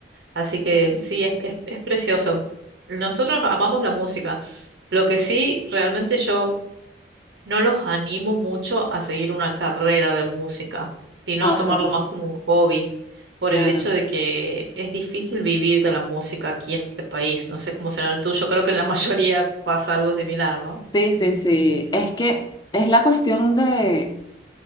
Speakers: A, on the right; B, on the left.
A: Así que sí, es, es, es precioso. Nosotros amamos la música. Lo que sí, realmente yo no los animo mucho a seguir una carrera de música, sino
B: Ajá,
A: a tomarlo más como un hobby, por
B: claro.
A: el hecho de que es difícil vivir de la música aquí en este país. No sé cómo será en el tuyo, creo que en la <laughs> mayoría pasa algo similar, ¿no?
B: Sí, sí, sí. Es que es la cuestión de